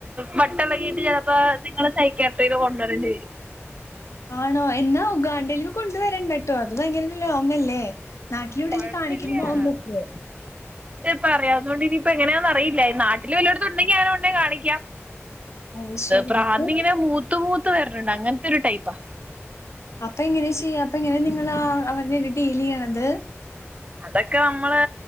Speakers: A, on the right; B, on the left.
A: വട്ടളകിട്ട് ചെലപ്പോ നിങ്ങള് സൈക്കേടറിയിൽ കൊണ്ടുവരണ്ടി വരും
B: ആണോ? എന്നാ ഉഗാണ്ടേൽന്ന് കൊണ്ട് വരണ്ടട്ടോ, അത് ഭയങ്കര ലോങ് അല്ലേ? നാട്ടില ഇവിടെലും
A: കൊഴപ്പില്ല
B: കാണിക്കുന്ന പോകാൻ പറ്റോ?
A: അ പറയാന്നെകൊണ്ട് ഇനിപ്പ എങ്ങനെയാന്ന് അറിയില്ല. നാട്ടില് വല്ല ഇടത്തണ്ടെങ്ങി ആരോണ്ടെ കാണിക്കാം
B: അത് ശരി
A: പ്രാന്ത്ഇങ്ങനെ
B: അപ്പൊ
A: മൂത്തു മൂത്ത് വരണ്ണ്ണ്ട് അങ്ങനത്തെ ഒരു ടൈപ്പാ
B: അപ്പൊ എങ്ങനെ ചെയ്യാ? അപ്പ എങ്ങനെ നിങ്ങൾ അവര്നെ ടീൽചെയ്യണത്?
A: അതൊക്കെ നമ്മള്